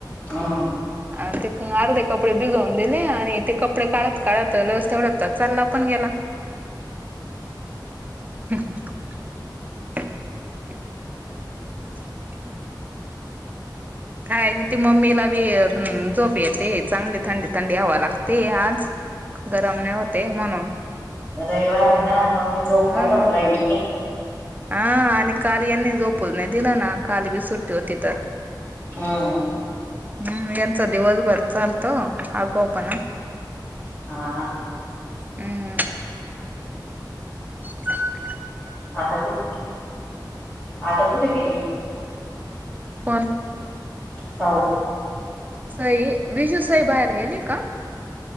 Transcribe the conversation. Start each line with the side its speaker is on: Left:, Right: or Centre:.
Left: हम्म
Right: अ ते अर्धे कपडे बिझवन दिले आणि ते कपडे कालत. काळात लस तेवढाताच चालला पण गेला. <unintelligible> अम्. काय आणि ते मम्मीला बी हम्म जोप येते चांगली थंडी थंडी हवा लागते. ते आज गरमणे नाय होते म्हणून
Left: रयवार आहे ना मग मी झोप
Right: हा.
Left: काढून राहिली
Right: हा आणि काल यांनी झोपून नाही दिलं ना काली बी सुट्टी होती तर
Left: हम्म
Right: हम् यांचा दिवसभर चालत आगाऊ पण
Left: हां हां
Right: हम्म ह
Left: आता कुठ आता कुठे गेली
Right: पण
Left: सऊ
Right: सई विजू साई बाहेर गेली का